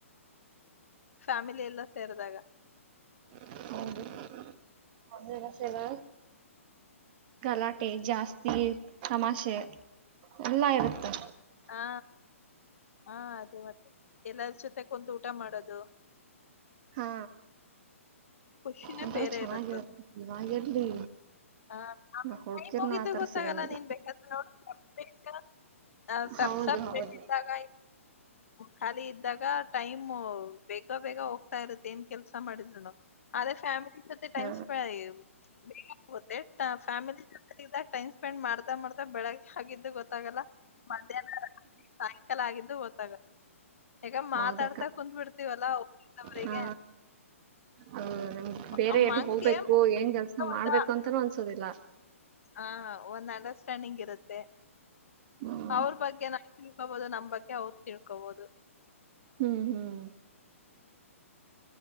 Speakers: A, on the left (about 70°); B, on the right (about 40°).
A: ಫ್ಯಾಮಿಲಿ ಎಲ್ಲ ಸೇರದಾಗ
B: <unintelligible> ಗಲಾಟೆ ಜಾಸ್ತಿ ತಮಾಷೆ ಎಲ್ಲಾ ಇರುತೆ
A: ಹಾ ಹಾ ಅದೇ ಮತ್ತೆ ಎಲ್ಲಾರ ಜೊತೆ ಕುಂದು ಊಟ ಮಾಡದು
B: ಹಾ
A: ಖುಷಿನೇ
B: ಒಂಥರ
A: ಬೇರೆ
B: ಚೆನ್ನಾಗಿರುತ್ತೆ
A: ಇರುತ್ತದೆ
B: ಇವಾಗಿರ್ಲಿ
A: ಹ ಆಮೇ
B: ಹುಡ್ಗಿರ್ನು
A: ಟೈಮ್ ಹೋಗಿದ್ದು
B: ಆತರ
A: ಗೊತ್ತಾಗಲ್ಲ
B: ಸಿಗಂಗಿಲ್ಲ
A: ನೀನ್ ಬೇಕಾದ್ರೆ ನೋಡಬೇಕ ಹಾ ಸಪ
B: ಹೌದು
A: ಸಪ
B: ಹೌದು
A: ಪ್ರೇಮಾಗ ಖಾಲಿ ಇದ್ದಾಗ ಟೈಮ್ ಬೇಗ ಬೇಗ ಹೋಗ್ತಾ ಇರುತ್ತ ಏನ್ ಕೆಲ್ಸ ಮಾಡಿದ್ರುನು ಅದೇ ಫಾಮಿಲಿ ಸ
B: ಹಾ
A: ೈಮ ಸ್ಪೆ ಬೇಕ ಫ್ಯಿಲಿ ಜೊತೆಗಾಗ ಟೈ್ ಸ್ಪೆಂಡ್ ಮಾಡ್ ಮಾಡತಾ ಬೆಳಗ್ಗೆ ಆಗಿದ್ದು ಗೊತ್ತಾಗಲ್ಲ ಮಧ್ಯಾಹ್ನ ಸಾಯಂಕಾಲ ಆಗಿದ್ದು ಒತ್ತಾಗ ಈಗ ಮಾತಾಡ್ತಾ
B: ಹೌದಕ್ಕ
A: ಕುತ್ ಬಿಿಡ್ತೀವಲ್ಲಾ ಒಬರಿಂದವರಿಗೆ
B: ಹಾ ಅದು ನಮ್ಗ್ ಬೇರೆ
A: ಅಮ್ಮ
B: ಎಲ್ಲಿ
A: ಅಂಗೆಂದ
B: ಹೋಗ್ಬೇಕು ಏನ್ ಕೆಲ್ಸ
A: ಹಾ
B: ಮಾಡ್ಬೇಕು ಅಂತಾನೂ ಅನ್ಸೋದಿಲ್ಲ
A: ಹಾ ಒಂದ್ ಅಂಡರ್ಸ್ಟ್ಯಾಂಡಿಂಗ್ ಇರುತ್ತೆ
B: ಹ್ಮ್
A: ಅವ್ರ ಬಗ್ಗೆ ನ ತಿಳ್ಕೋಬಹುದು ನಮ ಬಗ್ಗೆ ಅವ್ರು ತಿಳ್ಕೋಬಹುದು
B: ಹ್ಮ್ ಹ್ಮ್